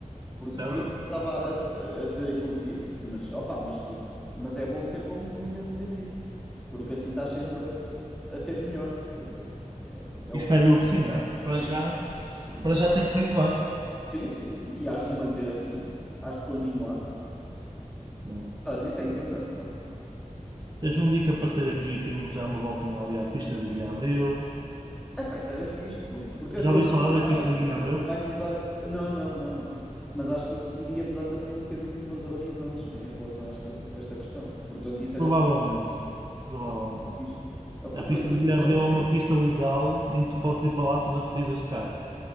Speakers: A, in the centre; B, on the right.
A: Por,
B: Isso
A: por
B: é verdade.
A: isso que eu estava a, def- a dizer aquilo que disse, mas opa, mas sim. Mas é bom ser como tu nesse sentido, porque assim estás sempre a, a ter melhor, quer dizer, é, é
B: E
A: o
B: espero
A: que.
B: eu que sim, né? Para já, para já tem corrido bem.
A: Sim, sim, sim. E hás de manter assim, hás de continuar.
B: Hum.
A: Olha, isso é interessante, pá.
B: Seja um dia que aparecer aqui para irmos dar uma voltinha ali à pista de Guilherme Abreu
A: Epá, isso era fixe, pô, porque eu
B: Já ouvi
A: até-
B: falar da
A: Ah,
B: pista de Guilherme
A: vou-
B: Abreu
A: vai mudar. Não, não, não, não. Mas acho que isso iria mudar também um bocadinho os meus horizontes, né, em relação a esta, esta questão. Portanto, isso era
B: Provavelmente.
A: fixe.
B: Provavelmente.
A: muito fixe. Epá,
B: A pista
A: quando tu
B: de Guilherme
A: quiser.
B: Abreu é uma pista legal em que tu podes ir para lá fazer corridas de carros.